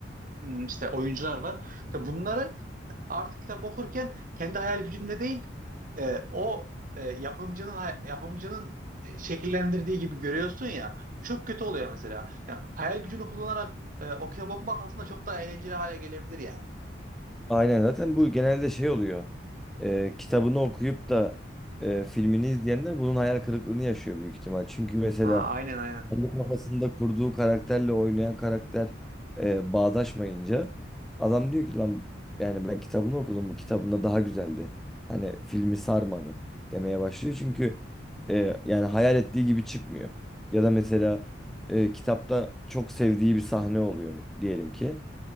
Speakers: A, on the right (about 45°); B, in the centre.
A: hmm, işte oyuncular var. İşte bunları artık kitap okurken kendi hayal gücünde değil e, o e, yapımcının hay- yapımcının e, şekillendirdiği gibi görüyorsun ya. Bu çok kötü oluyor mesela. Ya, hayal gücünü kullanarak e, okey bakmak aslında çok daha eğlenceli hale gelebilir yani.
B: Aynen zaten bu genelde şey oluyor. Ee, kitabını okuyup da e, filmini izleyenler bunun hayal kırıklığını yaşıyor büyük ihtimal. Çünkü mesela
A: Ha, aynen aynen.
B: kendi kafasında kurduğu karakterle oynayan karakter e, bağdaşmayınca adam diyor ki lan yani ben kitabını okudum bu kitabında daha güzeldi. Hani filmi sarmadı demeye başlıyor çünkü e, yani hayal ettiği gibi çıkmıyor. Ya da mesela e, kitapta çok sevdiği bir sahne oluyor diyelim ki.